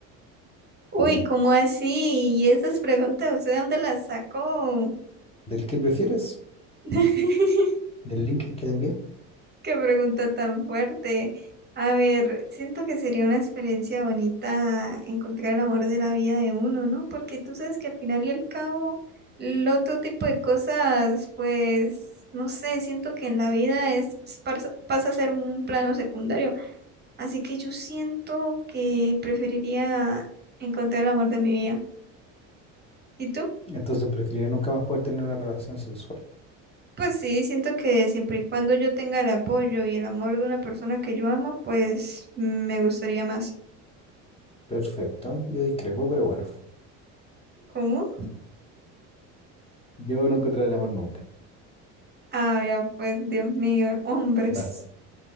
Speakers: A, on the right (about 25°); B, on the left (about 15°).
A: uy,
B: Uy,
A: ¿cómo así? ¿Y esas preguntas, usted de dónde las sacó?
B: ¿del qué prefieres?
A: <laughs>
B: ¿Del link que te envié?
A: Qué pregunta tan fuerte. A ver, siento que sería una experiencia bonita encontrar el amor de la vida de uno, ¿no? Porque tú sabes que al final y al cabo, el otro tipo de cosas, pues, no sé, siento que en la vida es pasa, pasa a ser un plano secundario. Así que yo siento que preferiría encontrar el amor de mi vida. ¿Y tú?
B: Entonces preferiría nunca más poder tener una relación sexual.
A: Pues sí, siento que siempre y cuando yo tenga el apoyo y el amor de una persona que yo amo, pues me gustaría más.
B: Perfecto, yo discrepo, pero bueno.
A: ¿Cómo?
B: Yo no encontré el amor nunca.
A: Ah, ya, pues Dios mío, hombres,
B: Vas.